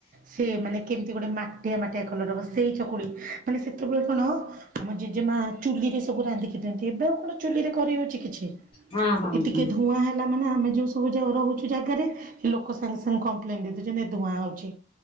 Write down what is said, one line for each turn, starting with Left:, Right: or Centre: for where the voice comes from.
Right: ସେ ମାନେ କେମତି ଗୋଟେ ମା ଟିଆ ମାଟିଆ କଲର ହବ ସେଇ ଚକୁଳି ମାନେ ସେତୋବେଳେ କଣ ଆମ ଜେଜେମା ଚୁଲିରେ ସବୁ ରାନ୍ଧିକି ଦିଅନ୍ତି। ଏବେ ଆଉ କଣ ଚୁଲିରେ କରିହୋଉଚି କିଛି?
Left: ହଁ ହଁ
Right: ଏ ଟିକେ
Left: ହୁଁ।
Right: ଧୂଆଁ ହେଲା ମାନେ ଆ ଆମେ ଯୋଉ ସବୁ ଯଉ ରହୁଚୁ ଜାଗାରେ ଲୋକ ସାଙ୍ଗେ ସାଙ୍ଗେ କମ୍ପ୍ଲେନ ଦେଇଦୋଉଚନ୍ତି ଏ ଧୂଆଁ ହଉଚି।